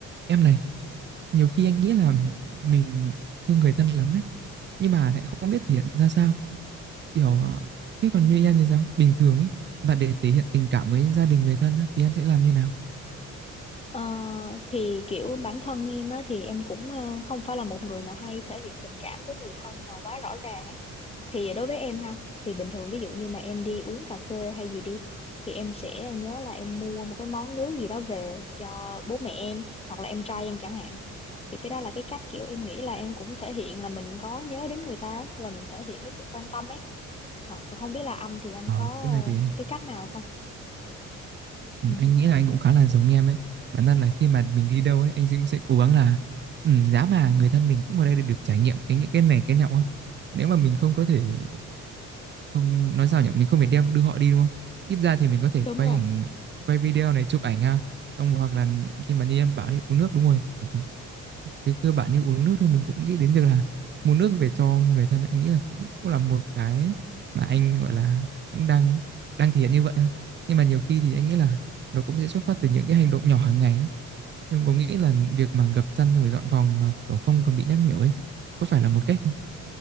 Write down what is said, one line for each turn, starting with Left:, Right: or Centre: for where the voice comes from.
Right: Em này, nhiều khi anh nghĩ là mình thương người thân lắm ấy, nhưng mà lại không biết thể hiện ra sao. Kiểu ờ, thế còn như em thì sao? Bình thường ấy, mà để thể hiện tình cảm với gia đình người thân á, thì em sẽ làm như nào?
Left: Ờ, thì kiểu bản thân em á thì em cũng ờ, không phải là một người mà hay thể hiện tình cảm với người thân nào quá rõ ràng ấy thì đối với em ha thì bình thường ví dụ như mà em đi uống cà phê hay gì đi thì em sẽ nhớ là em mua một cái món nước gì đó về cho bố mẹ em hoặc là em trai em chẳng hạn thì cái đó là cái cách kiểu em nghĩ là em cũng thể hiện là mình có nhớ đến người ta và mình thể hiện cái sự quan tâm ấy Ờ, không biết là anh thì anh
Right: Ờ,
Left: có
Right: cái này
Left: ờ,
Right: thì
Left: cái cách nào không?
Right: ừ,
Left: Ừ,
Right: anh nghĩ là anh cũng khá là giống em ấy. Bản thân là khi mà mình đi đâu ấy, anh cũng sẽ cố gắng là ừ, giá mà người thân mình cũng ở đây để được trải nghiệm cái những cái này cái nọ á. Nếu mà mình không có thể không nói sao nhỉ mình không phải đem đưa họ đi đúng không ít ra thì mình có thể
Left: đúng
Right: quay
Left: rồi
Right: ảnh quay video này chụp ảnh ha xong hoặc là khi mà như em bảo đấy uống nước đúng rồi thì cứ- cái cơ bản như uống nước thì mình cũng nghĩ đến việc là mua nước về cho người thân ấy. anh nghĩ là cũng cũng là một cái mà anh gọi là cũng đang đang thể hiện như vậy á. nhưng mà nhiều khi thì anh nghĩ là nó cũng sẽ xuất phát từ những cái hành động nhỏ hàng ngày á em có nghĩ là việc mà gập chăn rồi dọn phòng mà kiểu không cần bị nhắc nhở ấy có phải là một cách không